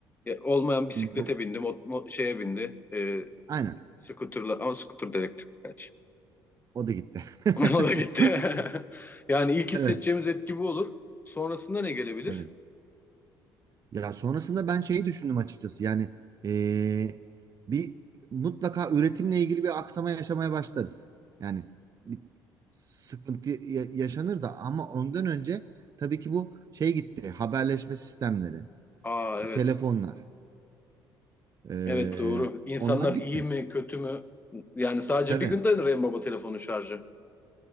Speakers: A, on the left; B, on the right.
A: Ya, olmayan bisiklete
B: Do-
A: bindi, mot- mo- şeye bindi. E,
B: Aynen.
A: scooter'la ama scooter da elektrikli. gerçi.
B: O da gitti. <laughs>
A: <laughs> O da gitti. <laughs> Yani ilk
B: Evet.
A: hissedeceğimiz etki bu olur. Sonrasında ne gelebilir?
B: Evet. Ya sonrasında ben şeyi düşündüm açıkçası. Yani eee, bir mutlaka üretimle ilgili bir aksama yaşamaya başlarız. Yani bir sıkıntı ya- yaşanır da ama ondan önce tabii ki bu şey gitti. Haberleşme sistemleri,
A: Aa evet.
B: telefonlar. eee,
A: Evet doğru. İnsanlar
B: onlar gitti.
A: iyi mi kötü mü? Yani sadece
B: Tabii.
A: bir günde en baba telefonun şarjı.